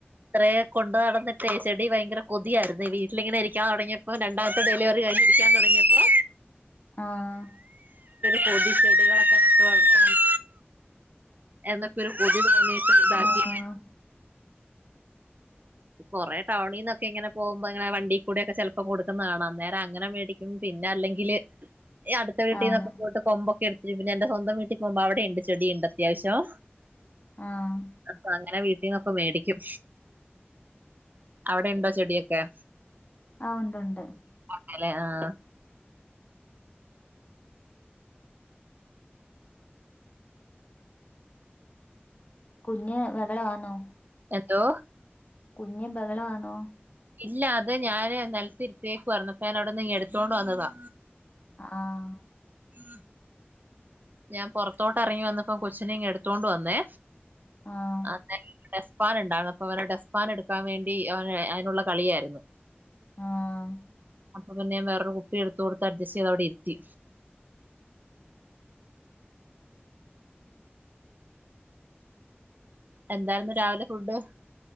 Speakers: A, on the right; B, on the left.
A: ഇത്രേ കൊണ്ടു നടന്നിട്ട് ചെടി ഭയങ്കര കൊതിയായിരുന്നു വീട്ടിലിങ്ങനെ ഇരിക്കാൻ തൊടങ്ങിയ ഇപ്പൊ രണ്ടാമത്തെ ഡെലിവറി കഴഞ്ഞിരിക്കാൻ തൊടങ്ങിയപ്പൊ.
B: ആഹ്
A: കോതി ചെടികളൊക്കെ നട്ട് വളർത്തണംന്ന്. എന്നൊക്കെ ഒരു കൊതി തോന്നിയിട്ട് ഇതാക്കി.
B: ആഹ്
A: കൊറേ ടൗണീന്നൊക്കെ ഇങ്ങെനെ പോകുമ്പോങ്ങനെ വണ്ടീകൂടെ ഒക്കെ ചെലപ്പം കൊടുക്കുന്നത് കാണ അന്നേരം അങ്ങനെ മേടി പിന്നെ അല്ലെങ്കില് അടുത്ത വീട്ടിൽന്നൊക്കെ
B: ആഹ്
A: പോയിട്ട് കൊമ്പൊക്കെ എടു പിന്നെ എന്റെ സ്വന്തം വീട്ടി പോകുമ്പൊ അവിടെ ഇണ്ട് ചെടി ഇണ്ട് അത്യാവശ്യം.
B: ആഹ്
A: അപ്പൊ അങ്ങനെ വീട്ടീന്നൊക്കെ മേടിക്കും. അവിടെ ഇണ്ടോ ചെടിയൊക്കെ.
B: ആ ഉണ്ട് ഉണ്ട്.
A: ഉണ്ടല്ലെ ആഹ്
B: കുഞ്ഞ് വെകള വാന്നോ.
A: എന്തോ.
B: കുഞ്ഞ് ബഹളമാണൊ.
A: ഇല്ല. അത് ഞാന് നിലത്ത് ഇരുത്ത്യേക്കുവാർന്നു. ഇപ്പോ ഞാനവിട്ന്ന് എടുത്തോണ്ട് വന്നതാ.
B: ആഹ്.
A: ഉം ഞാൻ പൊറത്തോട്ട് എറങ്ങി വന്നപ്പം കൊച്ചിനെ ഇങ്ങ് എടുത്തോണ്ട് വന്നേ.
B: ആഹ്.
A: <unintelligible> ന്ന ഡെസ്പാൻ ഉണ്ടാരുന്നു. അപ്പൊ അവരെ ഡെസ്പാൻ എടുക്കാൻ വേണ്ടി അവ അയ്നുള്ള കളിയായിരുന്നു.
B: ആഹ്.
A: അപ്പൊ പിന്നെ വേറൊരു കുപ്പി എടുത്ത് കൊടുത്ത് അഡ്ജസ്റ്റ് ചെയ്ത് അവിടെ ഇരുത്തി. എന്തായിരുന്നു രാവിലെ ഫുഡ്?